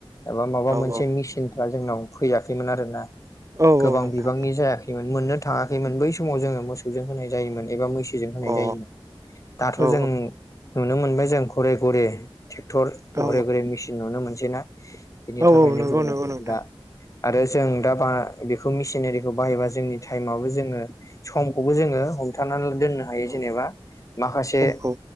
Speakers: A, on the left; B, on the right.
A: एबा माबा
B: औ
A: मोनसे
B: औ
A: मिसिनफ्रा जोंनाव फैयाखैमोन आरो ना।
B: औ
A: गोबां
B: औ नोंथां
A: बिबांनि जायाखैमोन। मोननो थाङाखैमोन बै समाव जोङो मोसौजों होनाय जायोमोन। एबा मैसोजों होनाय
B: अ औ
A: जायोमोन दाथ'
B: औ
A: जों नुनो मोनबाय जों घरे घरे टे क्टर
B: औ
A: घरे घरे मेसिन नुनो मोनसै ना? बिनि
B: औ
A: थाखायनो
B: औ नंगौ
A: जोङो
B: नंगौ नोंथां
A: दा आरो जों दा बा बेखौ मेसिनारिखौ बाहायबा जोंनि टाइमाबो जोङो समखौबो जोङो हमथानानै दोननो हायो
B: औ
A: जेनेबा माखासे
B: समखौ